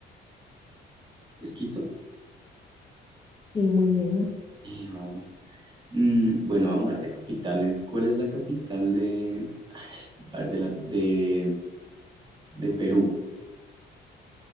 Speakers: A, on the right; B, on the left.
A: ¿Es Quito?
B: Sí, muy bien.
A: Sí, vamos. Mm, bueno, vamos a ver de capitales. ¿Cuál es la capital de... Ay, a ver, de la... de... de Perú?